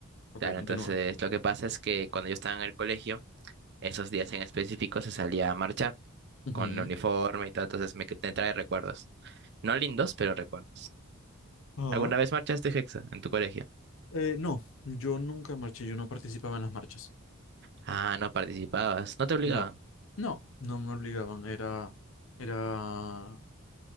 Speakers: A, on the left (about 65°); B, on the right (about 50°).
A: Ok,
B: Claro,
A: continúa.
B: entonces lo que pasa es que cuando yo estaba en el colegio, esos días en específico se salía a marchar
A: Ujú.
B: con el uniforme y todo, entonces me, me trae recuerdos. No lindos, pero recuerdos.
A: Ajá.
B: ¿Alguna vez marchaste, Hexa, en tu colegio?
A: Eh, no, yo nunca marché, yo no participaba en las marchas.
B: Ah, no participabas, no te obligaban.
A: No, no, no me obligaban. Era, era,